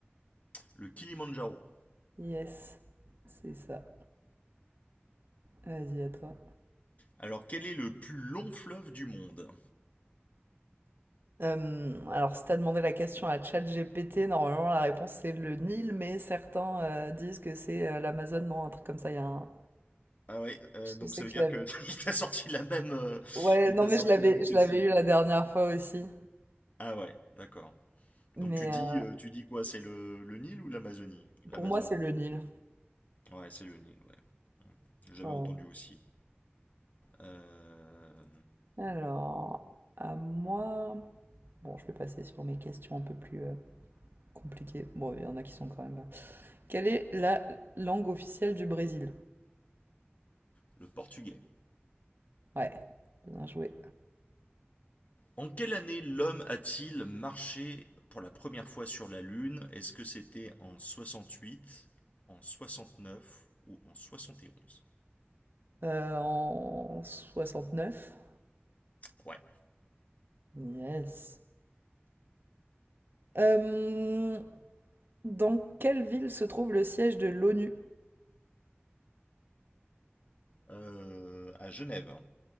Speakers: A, on the left; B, on the right.
A: le Kilimandjaro.
B: Yes, c'est ça. Vas-y, à toi.
A: Alors, quel est le plus long fleuve du monde
B: Euh, alors, si t'as demandé la question à ChatGPT, normalement la réponse c'est le Nil, mais certains euh, disent que c'est euh, l'Amazone, non, un truc comme ça. Il y a un,
A: Ah ouais, euh,
B: Je
A: donc
B: sais
A: ça veut
B: que
A: dire
B: je l'avais
A: que <laughs> il t'a sorti la même, euh,
B: ouais,
A: il
B: non,
A: t'a
B: mais
A: sorti
B: je l'avais
A: la même
B: je
A: question.
B: l'avais eu la dernière fois aussi.
A: Ah ouais, d'accord.
B: Mais
A: Donc tu dis,
B: euh,
A: euh, tu dis quoi? C'est le, le Nil ou l'Amazonie? L'Amazone.
B: pour moi, c'est le Nil.
A: Ouais, c'est le Nil, ouais. J'avais
B: Ouais.
A: entendu aussi. Euh,
B: Alors, à moi... Bon, je vais passer sur mes questions un peu plus euh, compliquées. Bon, il y en a qui sont quand même... euh, Quelle est la langue officielle du Brésil?
A: le portugais.
B: Ouais, bien joué.
A: En quelle année l'homme a-t-il marché pour la première fois sur la Lune Est-ce que c'était en 68, en 69 ou en soixante et onze
B: Euh, en neuf
A: Ouais.
B: Yes. Euh, dans quelle ville se trouve le siège de l'ONU?
A: Euh, à Genève.